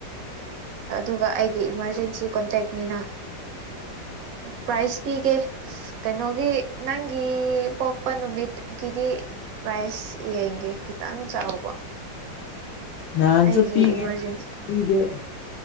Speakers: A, on the right (about 70°); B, on the left (about 85°).
A: ꯑꯗꯨꯒ ꯑꯩꯒꯤ ꯏꯃꯥꯔꯖꯦꯟꯁꯤ ꯀꯣꯟꯇꯦꯛꯅꯤꯅ ꯄ꯭ꯔꯥꯏꯖ ꯄꯤꯒꯦ ꯀꯩꯅꯣꯒꯤ ꯅꯪꯒꯤ ꯄꯣꯛꯄ ꯅꯨꯃꯤꯠ ꯀꯤꯗꯤ ꯄ꯭ꯔꯥꯏꯁ ꯌꯦꯡꯒꯦ ꯈꯤꯇꯪ ꯆꯥꯎꯕ
B: ꯅꯍꯥꯟꯁꯨ
A: ꯑꯩꯒꯤ
B: ꯄꯤꯒꯦ
A: ꯏꯃꯥꯔꯖꯦꯟꯁꯤ
B: ꯄꯤꯗꯦ